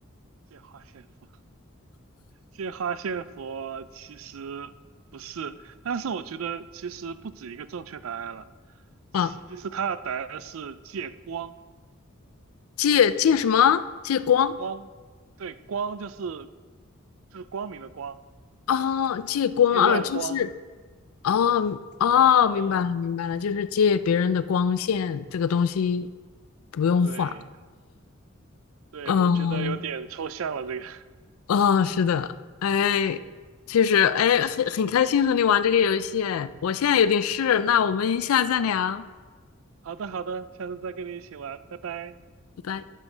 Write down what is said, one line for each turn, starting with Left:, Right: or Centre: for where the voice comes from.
Right: 借花献佛。借花献佛其实不是，但是我觉得其实不止一个正确答案了。其实它的答案是借光，
Left: 啊，借借什么？借光
Right: 光，对，光就是就是光明的光，
Left: 啊，借光啊，
Right: 借亮光。
Left: 就是。哦嗯哦，
Right: 呃，
Left: 明白了，明白了，就是借别人的光线这个东西不用画。
Right: 对对，
Left: 嗯，
Right: 我觉得有点抽象了这个。
Left: 哦，是的，哎，其实哎，很很开心和你玩这个游戏，哎，我现在有点事，那我们下次再聊，
Right: <laughs> 好的好的，下次再跟你一起玩，拜拜。
Left: 拜拜。